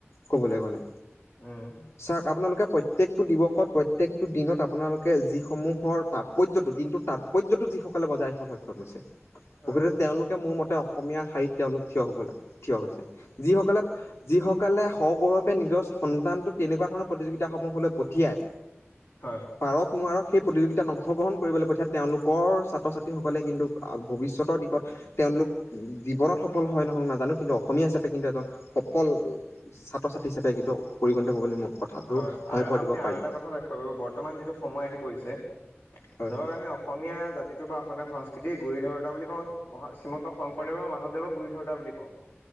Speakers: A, on the left; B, on the left.
A: ক'বলৈ গ'লে।
B: উম
A: চাক আপোনালোকে প্ৰত্যেকটো দিৱসত প্ৰত্যেকটো দিনত আপোনালোকে যিসমূহৰ তাৎপৰ্যটো দিনটোৰ তাৎপৰ্যটো যিসকলে বজাই সক্ষম হৈছে।
B: হয়
A: প্ৰকৃত তেওঁলোকে মোৰ মতে অসমীয়া শাৰীত তেওঁলোক থিয় হ'ব লাগে। থিয় হৈছে যিসকলে যিসকলে সগৌৰৱে নিজৰ সন্তানটোক তেনেকুৱা ধৰণৰ প্ৰতিযোগিতাসমূহলৈ পঠিয়ায়
B: হয়
A: পাৰক নোৱাৰক সেই প্ৰতিযোগিতাত অংশগ্ৰহণ কৰিবলৈ পঠিয়াই তেওঁলোকৰ ছাত্ৰ ছাত ছ সকলে কিন্তু ভৱিষ্যতৰ দিশত তেওঁলোক জীৱনত সফল হয় নহওক নাজানো কিন্তু অসমীয়া হিচাপে কিন্তু এজন সফল ছাত্ৰ ছাত্ৰী হিচাপে কিন্তু পৰিগণিত হ'ব বুলি মই কথাটো
B: হয় আৰু
A: ভৰ
B: আপুনি
A: দিব
B: আৰু
A: পাৰিম
B: এটা কথা লক্ষ্য কৰিব বৰ্তমান যিটো সময় আহি পৰিছে। ধৰক
A: হয় হয়
B: আমি অসমীয়া জাতিটো বা অসমীয়া সংস্কৃ কিন্তু এই গুৰি ধৰোতা বুলি ক মহা শ্ৰীমন্ত শংকৰদেৱৰ মাধৱদেৱৰ গুৰি ধৰোতা বুলি কওঁ।